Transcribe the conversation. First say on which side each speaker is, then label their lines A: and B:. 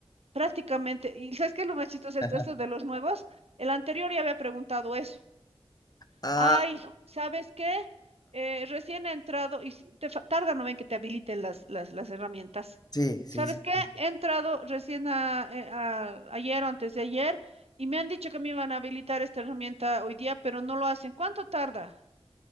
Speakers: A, on the right; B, on the left.
A: prácticamente, y ¿sabes qué es lo más chistoso? Esto,
B: <laughs>
A: esto de los nuevos, el anterior ya había preguntado eso.
B: Ah,
A: Ay, ¿sabes qué? Eh, recién he entrado y s- te fa- tarda, no ven que te habiliten las, las, las herramientas.
B: sí, sí,
A: ¿Sabes
B: sí.
A: qué?
B: sí.
A: He entrado recién a- eh, a- ayer o antes de ayer y me han dicho que me iban a habilitar esta herramienta hoy día, pero no lo hacen. ¿Cuánto tarda?